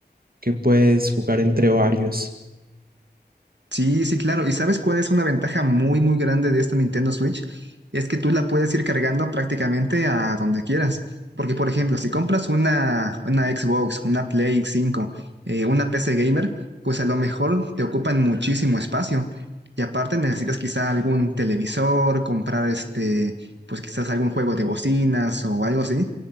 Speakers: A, on the right (about 55°); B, on the right (about 90°).
A: que puedes jugar entre varios.
B: Sí, sí, claro. ¿Y sabes cuál es una ventaja muy, muy grande de esta Nintendo Switch? Es que tú la puedes ir cargando prácticamente a donde quieras. Porque, por ejemplo, si compras una, una Xbox, una Play 5, eh, una PC gamer, pues a lo mejor te ocupan muchísimo espacio. Y aparte necesitas quizá algún televisor, comprar este, pues quizás algún juego de bocinas o algo así.